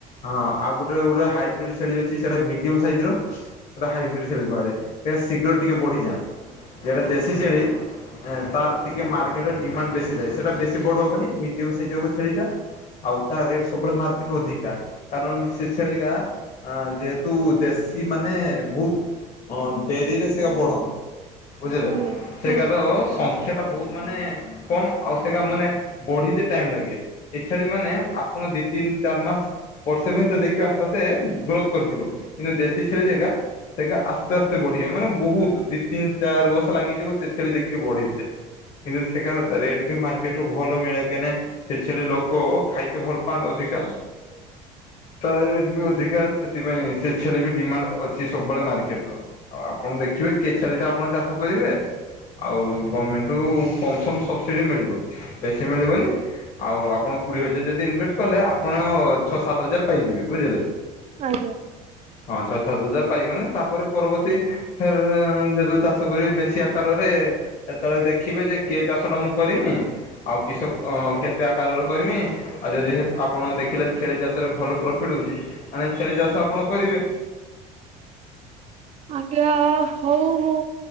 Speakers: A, on the left (about 45°); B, on the right (about 40°).
A: ହଁ ଆଉ ଗୁଟେ ଗୁଟେ ହାଇ ବ୍ରିଡ୍ ଛେଳି ଅଛି ସେଟା ମିଡିୟମ୍ ସାଇଜର ସେଟା ହାଇବ୍ରିଡ୍ ଛେଳି କୁହାଯାଏ ଏଡା ଶୀଘ୍ର ଟିକେ ବଢିଯାଆଁ ଯେଡା ଦେଶୀ ଛେଳି ଏଁ ତାର ଟିକେ ମାର୍କେଟରେ ଡିମାଣ୍ଡ ବେଶୀ ଯାଏ ସେଇଟା ବେଶୀ ବଡ ହବନି ମିଡିୟମ୍ ସାଇଜ ହବ ଛେଳିଟା‌। ଆଉ ତା ରେଟ୍ ସବୁବେଳେ ମାର୍କେଟରେ ଅଧିକା କାରଣ ସେ ଛେଳିିଗା ଆଁ ଯେହେତୁ ଦେଶୀ ମାନେ ଭୋଉତ ଅଁ ଡେରିରେ ସେଇଆ ବଢନ୍ ବୁଝିଲେ
B: ଆଜ୍ଞା
A: ସେଗାର
B: ହଁ
A: ସଂଖ୍ୟାଟା ବୋହୁତ ମାନେ କମ୍ ଆଉ ସେଗା ମାନେ ବଢିତେ ଟାଇମ୍ ଲାଗେ। ଏଇ ଛେଳିମାନେ ଆପଣ ଦି ତିନି ଚାର୍ ମାସ୍ ବର୍ଷେ ଭିତେରେ ଦେଖିବେ ଆସ୍ତେ ଆସ୍ତେ ଗ୍ରୋଥ୍ କରିଯିବ କିନ୍ତୁ ଦେଶୀ ଛେଳି ଜେଗା ସେଗା ଆସ୍ତେ ଆସ୍ତେ ବଢିବେ ମାନେ ବୋହୁତ ଦି ତିନି ଚାର୍ ବର୍ଷ ଲାଗିଯିବ ସେ ଛେଳି ଦେଖିବେ ବଢେଇତେ। କିନ୍ତୁ ସେଗାର ରେଟ୍ ବି ମାର୍କେଟରୁ ଭଲ ମିଳେ କେନେ ସେ ଛେଳି ଲୋକ ଖାଇତେ ଭଲ ପାଆନ୍ତ୍ ଅଧିକା ତା ରେଟ୍ ବି ଅଧିକା। ସେଥିପାଇଁ ସେ ଛେଳି ବି ଡିମାଣ୍ଡ ଅଛି ସବୁବେଳେ ମାର୍କେଟର। ଆଉ ଆପଣ ଦେଖିବେ କେ ଛେଳିଟା ଆପଣ ଚାଷ କରିବେ। ଆଉ ଗମେଣ୍ଟରୁୁ କମ୍ ସମ୍ ସବସିଡି ମିଳିବ ବେଶୀ ମିଳିବନି। ଆଉ ଆପଣ କୁଡିଏ ହଜାର ଯଦି ଇନଭେଷ୍ଟ କଲେ ଆପଣ ଛଅ ସାତ ହଜାର ପାଇଯିବେ ବୁଝିଲେ।
B: ଆଜ୍ଞା।
A: ହଁ ଛଅ ସାତ ହଜାର ପାଇଗନେ ତାପରେ ପରବର୍ତ୍ତୀ ଫେରେ ଉଁ ଯେତେବେଳେ ଚାଷ କରିବେ ବେଶୀ ଆ କାରରେ ଏତେବେଳେ ଦେଖିବେ ଯେ କେ ଚାଷଟା ମୁଁ କରିମି। ଆଉ କିସ ଅଁ କେତେ ଆକାରରୁ କରମି। ଆଉ ଯଦି ହେ ଆପଣ ଦେଖିଲେ ଛେଳି ଚାଷରେ ଭଲ ପ୍ରଫିଟ୍ ହଉଚି ମାନେ ଛେଳି ଚାଷ ଆପଣ କରିବେ।
B: ଆଜ୍ଞା ହଉ ମୁଁ